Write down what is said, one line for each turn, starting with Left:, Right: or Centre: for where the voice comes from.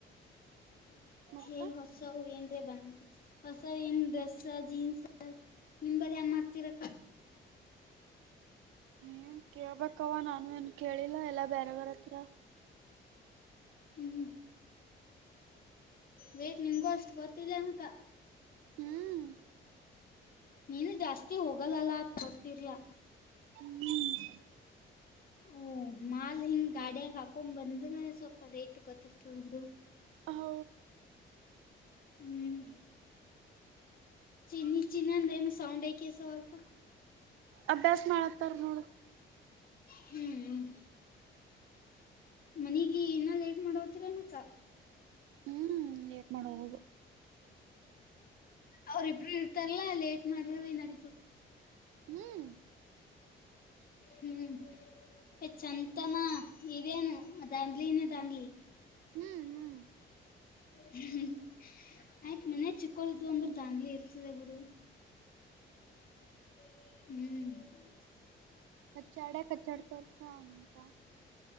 Right: ಮತ್ತ
Left: ಎರ್ ಹೊಸ ಹ ಎಏನು ಬಂದ ಹೊಸ ಏನ್ ಡ್ರೆಸ್ ಜೀನ್ಸ್ ನಿಮಲ್ಲಿ ಯ ಮಾಡ್ತಿರಕ್ಕ <inaudible>
Right: ಏನ್ ಕೇಳ್ಬೇಕವ ನಾನು ಏನ್ ಕೇಳಿಲ್ಲ ಎಲ್ಲಾ ಬೇರೆವರ ಹತ್ರ
Left: ಹ್ಮ್ ರೇಟ್ ನಿಮ್ಗೂ ಅಷ್ಟು ಬರ್ತಿಿಲ್ಲ ಅಕ
Right: ಹ್ಮ್
Left: ನೀನು ಜಾಸ್ತಿ ಹೋಗಲ್ಲಲ್ಲ ಗೊತ್ತರ್ಲಾ
Right: ಹ್ಮ
Left: ಓ ಮಾಲ್ ಹಿಂಗ್ ಗಾಡಿಯಾಗ ಹಾಕೊಂಡ್ ಬಂದ್ರೆ ಸ್ವಲ್ಪ ರೇಟ್ ಗೊತ್ತಿರ್ತದದು
Right: ಹೌ
Left: ಹ್ಮ್ ಚನ್ನ ಚಿನ್ನಂದಮ ಸೌಂಡ್ ಐ ಕೆಸವಾಲ್ತ
Right: ಅಭ್ಯಾಸ ಮಾಡತ್ತಾರ ನೋಡ
Left: ಹ್ಮ್ ಹ್ಮ ಮನಗ ಇನ್ನ್ ಲಏಟ್ ಮಾಡ ಹತರ ಏನಕ್ಕ
Right: ಹ್ಮ್ ಲೇಟ್ ಮಾಡಬುದು
Left: ಅವ್ರಿಬ್ರು ಇರ್ತಾರಲ್ಲಾ ಲೇಟ್ ಮಾಡ್ರ ಭ ನಡೀತು
Right: ಹ್ಮ್
Left: ಹ್ಮ್ ಚಂತನಾ ಇದೇನು ಅ ದಾನ್ ನೀ ದಾನ್
Right: ಹ್ಮ್ ಹ್ಮ್
Left: ಹ್ಮ ಆಯ್ತ್ ಮನ ಚಿಕ್ಕೋಳಿದ್ ಅಂದ್ರ ದಾನ್ಲಿ ಇರ್ತದೆ ಬಿಡು ಹ್ಮ್
Right: ಕಚ್ಚಡ ಕಚ್ಚಡತ ಚ ಅಮಂತ